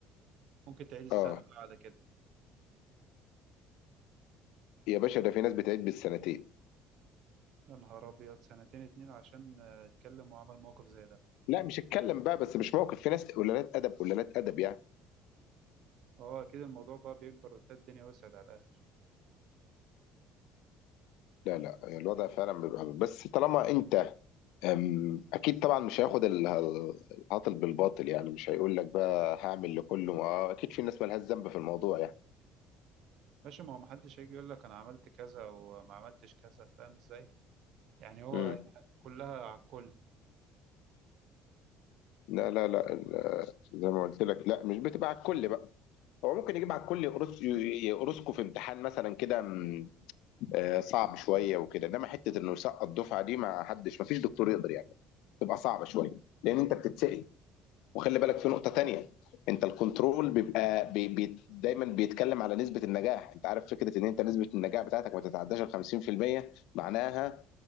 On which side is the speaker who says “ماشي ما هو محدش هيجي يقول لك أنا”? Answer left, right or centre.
Right